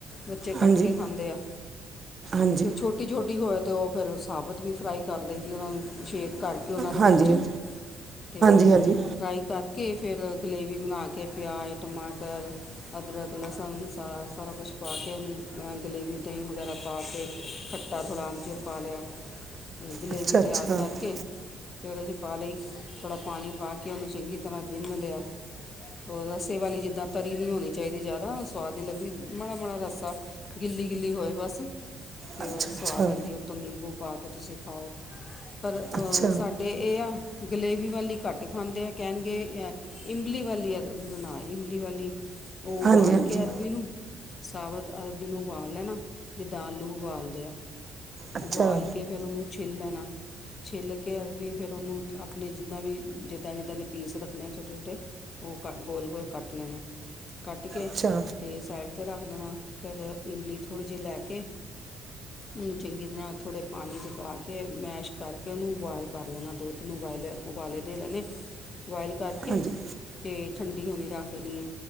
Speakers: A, on the left; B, on the right.
A: ਬੱਚੇ ਕੱਟ
B: ਹਾਂਜੀ
A: ਕੇ ਖਾਂਦੇ ਆ,
B: ਹਾਂਜੀ
A: ਤੇ ਛੋਟੇ ਛੋਟੀ ਹੋਵੇ ਤੇ ਔਹ ਫਿਰ ਸਾਬਤ ਵੀ ਫਰਾਈ ਕਰ ਲਈਦੀ ਉਹਨਾਂ ਨੂੰ ਸ਼ੇਕ ਕਰਕੇ ਉਹਨਾਂ ਦੇ
B: ਹਾਂਜੀ ਹਾਂਜੀ
A: ਵਿੱਚ ਤੇ
B: ਹਾਂਜੀ ਹਾਂਜੀ
A: ਫਰਾਈ ਕਰਕੇ, ਫਿਰ ਗਲੇਵੀ ਬਣਾ ਕੇ, ਪਿਆਜ਼ ਟਮਾਟਰ ਅਦਰਕ ਲਸਣ ਸਾ ਸਾਰਾ ਕੁਛ ਪਾ ਕੇ, ਉਹਨੂੰ ਮੈਂ ਗਲੇਬੀ ਦਹੀਂ ਵਗੈਰਾ ਪਾ ਕੇ ਖ ਅ ਥੋੜ੍ਹਾ ਆਮਚੁਰ ਪਾ ਲਿਆ, ਅਤੇ ਗਲੇਬੀ
B: ਅੱਛਾ ਅੱਛਾ
A: ਤਿਆਰ ਕਰਕੇ ਉਹਦੇ 'ਚ ਪਾ ਲਈ। ਥੋੜ੍ਹਾ ਪਾਣੀ ਪਾ ਕੇ ਉਹਨੂੰ ਚੰਗੀ ਤਰ੍ਹਾਂ ਰਿਨ ਲਿਆ, ਤੇ ਰੱਸੇ ਵਾਲੀ ਜਿੱਦਾਂ ਤਰੀ ਨੀ ਹੋਣੀ ਚਾਹੀਦੀ ਜਾਦਾ, ਔਹ ਸਵਾਦ ਨੀ ਲਗਨੀ ਮਾੜਾ ਮਾੜਾ ਰੱਸਾ ਗਿੱਲੀ-ਗਿੱਲੀ ਹੋਏ ਬਸ। ਤੇ
B: ਅੱਛਾ
A: ਔਹ
B: ਅੱਛਾ
A: ਸਵਾਦ ਲੱਗਦੀ ਉਤੋਂ ਨਿੰਬੂ ਪਾ ਕੇ ਤੁਸੀਂ ਖਾਓ ਪਰ ਅ
B: ਅੱਛਾ ਅੱਛਾ
A: ਸਾ ਇਹ ਆ ਗਲੇਵੀ ਵਾਲੀ ਘੱਟ ਖਾਂਦੇ ਆ ਕਹਿਣਗੇ ਐਹ ਇਮਲੀ ਵਾਲੀ ਅਰਬੀ ਬਣਾਈ, ਇਮਲੀ ਵਾਲੀ ਉਹ ਉਬਾਲ
B: ਹਾਂਜੀ ਹਾਂਜੀ
A: ਕੇ ਅਰਬੀ ਨੂੰ ਸਾਵਤ ਅਰਬੀ ਨੂੰ ਉਬਾਲ ਲੈ ਨਾ, ਜਿੱਦਾ ਆਲੂ ਉਬਾਲਦੇ ਆ।
B: ਅੱਛਾ
A: ਉਬਾਲ ਕੇ ਫਿਰ ਉਹਨੂੰ ਛਿੱਲ ਲੈਣਾ। ਛਿੱਲ ਕੇ ਵੀ ਫਿਰ ਔਹਨੂੰ ਆਪਣੇ ਜਿੱਦਾਂ ਵੀ ਜਿੱਦਾਂ, ਜਿੱਦਾਂ ਦੇ ਪੀਸ ਰੱਖਣੇ ਆ ਛੋਟੇ ਛੋਟੇ ਔਹ ਕ ਗੋਲ ਗੋਲ ਕੱਟ ਲੈਣੇ, ਕੱਟ ਕੇ
B: ਅੱਛਾ।
A: ਤੇ ਸਾਈਡ ਤੇ ਰੱਖ ਦੇਣਾ, ਫਿਰ ਇਮਲੀ ਥੋੜ੍ਹੀ ਜਿਹੀ ਲੈ ਕੇ ਉਹਨੂੰ ਚੰਗੀ ਤਰ੍ਹਾਂ ਥੋੜ੍ਹੇ ਪਾਣੀ 'ਚ ਪਾ ਕੇ, ਮੈਸ਼ ਕਰਕੇ, ਔਹਨੂੰ ਉਬਾਲ ਕਰ ਲੈਣਾ, ਦੋ ਤਿੰਨ ਉਬਾਲੇ ਉਬਾਲੇ ਦੇ ਲੈਣੇ ਬੁਆਇਲ ਕਰਕੇ
B: ਹਾਂਜੀ
A: ਤੇ ਠੰਡੀ ਹੋਣੀ ਰੱਖ ਦੇਣੀ ਹੈ।